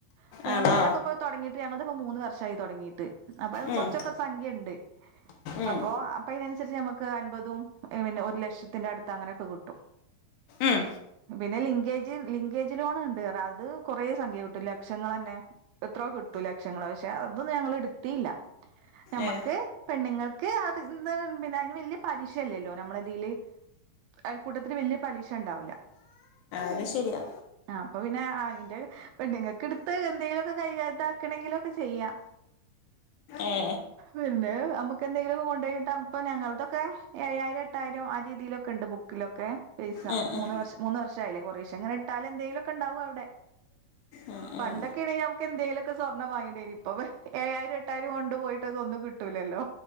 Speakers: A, on the right (about 80°); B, on the left (about 75°).
A: അപ്പ
B: ആണോ
A: ഞങ്ങളേലൊക്കെപ്പൊ തൊടങ്ങീട്ട് ഞങ്ങൾത് ഇപ്പോ മൂന്ന് വർഷായി തൊടങ്ങീട്ട് ട്ട്. അപ്പ
B: ഉം
A: കൊറച്ചൊക്കെ സംഖ്യണ്ട്
B: ഉം
A: അപ്പൊ അപ്പൊ ഇതിനനുസരിച്ച് നമുക്ക് അൻപതും പിന്നെ ഒരു ലക്ഷത്തിന്റെ അടുത് ത്ത് അങ്ങനെയൊക്കെ കിട്ടും
B: ഉം
A: പിന്നെ ലിങ്കേജ്, ലിങ്കേജ് ലോണ് ഇണ്ട് പറഞ്ഞ്. അത് കൊറേ സംഖ്യ കിട്ടു. ലക്ഷങ്ങളന്നെ. എത്രയോ കി ട്ടു ലക്ഷങ്ങള് പക്ഷെ. അത് ഞങ്ങള് എട്ത്തീല്ല. ഞമ്മക്ക്
B: ഏ
A: പെണ്ണുങ്ങൾക്ക് പിന്നെ അത് ന്നാ പിന്നെ അയിന് വല്യ പലിശ അല്ലല്ലോ നമ്മള ഇതില് അയൽക്കൂട്ടത്തില് വല്യ പലിശ ഇണ്ടാവൂല
B: അത് ശരിയാ
A: അപ്പൊ പിന്നെ അയിന്റെ പെണ്ണുങ്ങൾക്ക് എടുത്ത് എന്തെങ്കിലുമൊക്കെ കൈക ഇതാക്കണെങ്കിലും ഒക്കെ ചെയ്യാം
B: ഏ
A: പിന്നെ നമ്മുക്ക് എന്തെങ്കിലും കൊണ്ടുപോയിട്ട ഇപ്പൊ ഞങ്ങളതൊക്കെ ഏഴായി എട്ടായിരം ആ രീതിയിലൊക്ക ഇണ്ട് ബുക്കിലൊക്കെ പൈസ.
B: ഉം
A: മൂന്ന്
B: ഉം
A: വർഷ മൂന്ന് വർഷായില്ലേ കുറേശ് പക്ഷെ ഇങ്ങനെ ഇട്ടാലെ എന്തെങ്കിലു ഒക്കെ ഇണ്ടാവൂ അവിടെ
B: ഉം
A: പണ്ടൊക്കെ
B: ഉം
A: ആണെങ്കി നമുക്ക് എന്തേലൊക്കെ സ്വർണ് വാങ്ങിടേനു. ഇപ്പൊ ഏഴായിരം എട്ടായിരം കൊൺ ണ്ട് പോയിട്ടൊന്നും ഒന്നും കിട്ടൂല്ലല്ലോ?